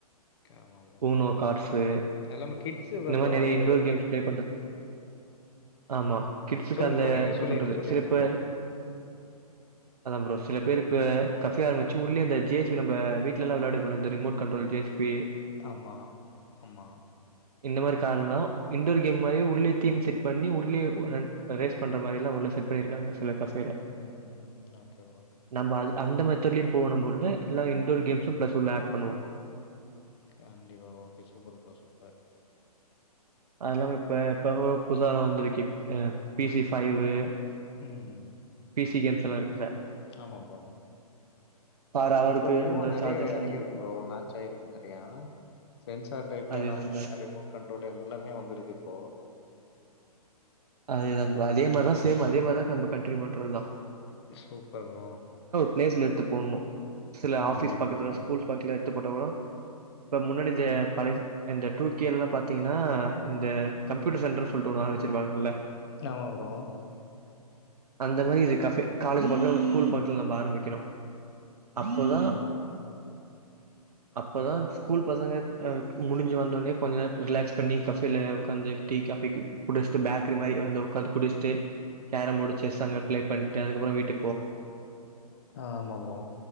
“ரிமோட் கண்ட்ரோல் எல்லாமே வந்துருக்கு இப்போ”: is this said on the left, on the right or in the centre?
Left